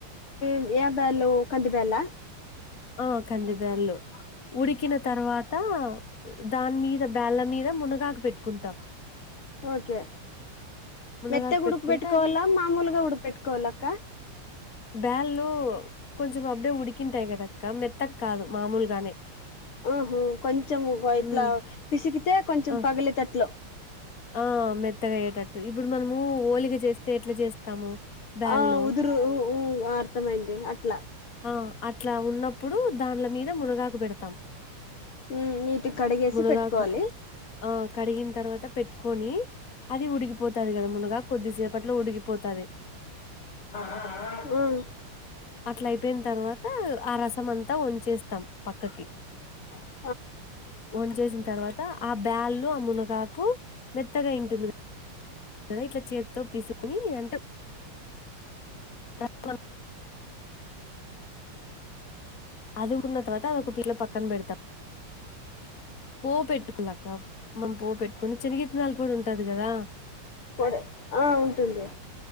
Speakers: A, on the left; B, on the left.
A: మ్ ఏ బ్యాల్లు కంది బ్యాల
B: ఆ కంది బ్యాల్లు ఉడికిన తర్వాత దానిమీద బేళ్ళ మీద మునగాకు పెట్టుకుంటాం
A: ఓకే
B: మునగాకు
A: మెత్త ఉడుకు
B: పెట్టుకుంటే
A: పెట్టుకోవాలా
B: అది
A: మామూలుగా ఉడుక పెట్టుకోవాల అక్క
B: బ్యాళ్లు కొంచెం అప్పుడే ఉడికింటాయి కదక్క మెత్తక్ కాదు మామూలుగానే
A: ఆహ కొంచెం ఇట్లా
B: ఉమ్
A: పిసికితే కొంచెం
B: ఆ
A: పగిలితట్లు
B: ఆ మెత్తగాయ్యేటట్టు ఇప్పుడు మనము ఓలిగ చేస్తే ఎట్లా చేస్తాము బ్యాళ్ళు
A: ఆ ఉదురుఊ అర్థమైంది అట్లా
B: ఆ అట్లా ఉన్నప్పుడు దాన్ల మీద మునగాకు పెడతాం
A: మ్ నీటిగ కడిగేసి
B: మునగాకు
A: పెట్టుకోవాలి
B: ఆ కడిగిన తర్వాత పెట్టుకొని అది ఉడికిపోతది కదా మునగా కొద్దిసేప్ పట్లో ఉడిపోతది
A: మ్
B: అట్ల అయిపోయిన తర్వాత ఆ రసం అంతా వంచేస్తాం పక్కకి
A: స
B: వంచేేసిన తర్వాత ఆ బ్యాల్లు ఆ మునగాకు మెత్తగాయి ఉంటుంది కదా ఇట్లా చేత్తో పీసుకుని అంటే అ అదుముకున్న తర్వాత అదొక పిల్ల పక్కన పెడతాం పో పెట్టుకోవాలక్క మనం పోపెట్టుకొని చిన్నగిత్తనాల పో డి ఉంటది కదా
A: పొడి ఆ ఉంటుంది